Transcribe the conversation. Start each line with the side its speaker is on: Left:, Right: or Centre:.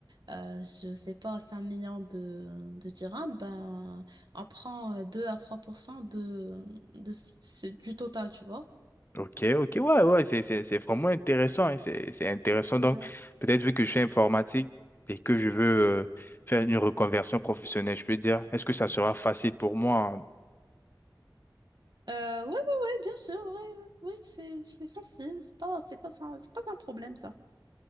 Right: euh, je sais pas, 5 millions de, de dirhams, ben on prend euh, 2 à 3% de, de, ce- du total, tu vois.
Left: ok, ok, ouais, ouais, c'est, c'est, c'est vraiment intéressant, hein, C'est, c'est intéressant.
Right: Ouais.
Left: Donc, peut-être vu que je suis informatique et que je veux euh, faire une reconversion professionnelle, je peux dire, est-ce que ça sera facile pour moi? hein?
Right: Euh, ouais, ouais, ouais, bien sûr, ouais, ouais, ouais, c'est, c'est facile, c'est pas, c'est pas, ça- c'est pas un problème ça.